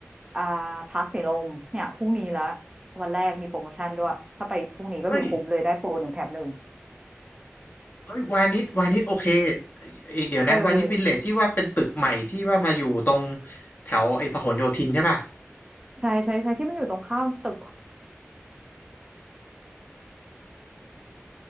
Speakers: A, on the right; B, on the left.
A: อ่าพาร์คสีลมเนี่ยพรุ่งนี้ละวันแรกมีโปรโมชั่นด้วยถ้าไปพรุ่งนี้ก็คือคุ้มเลยได้โปรหนึ่งแถมหนึ่ง
B: เฮ้ย เอ้ยวานิชวานิชโอเคเอ้ยเดี๋ยวนะวานิชวิลเลจที่ว่าเป็นตึกใหม่ที่ว่ามาอยู่ตรง
A: เออ
B: แถวไอ้พหลโยธินใช่ป่ะ
A: ใช่ใช่ใช่ที่มันอยู่ตรงข้ามตึก